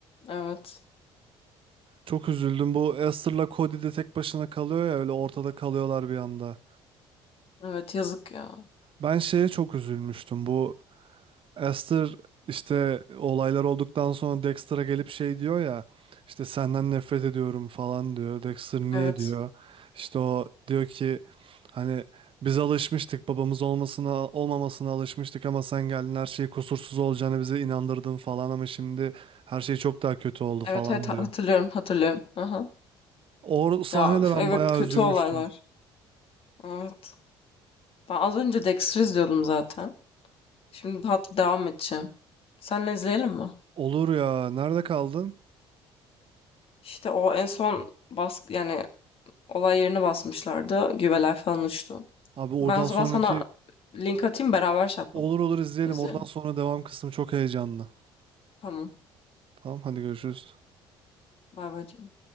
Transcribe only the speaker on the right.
Çok üzüldüm. Bu Esther'la Cody de tek başına kalıyor ya öyle ortada kalıyorlar bir anda.
Ben şeye çok üzülmüştüm. Bu Esther işte olaylar olduktan sonra Dexter'a gelip şey diyor ya işte senden nefret ediyorum falan diyor. Dexter niye
diyor. İşte o diyor ki hani biz alışmıştık babamız olmasına olmamasına alışmıştık ama sen geldin her şey kusursuz olacağını bize inandırdın falan ama şimdi her şey çok daha kötü oldu
falan
diyor.
O sahnede
ben
bayağı
üzülmüştüm.
Olur ya nerede kaldın?
Abi oradan
sonraki
olur olur izleyelim
oradan sonra devam kısmı çok heyecanlı.
Tamam hadi görüşürüz.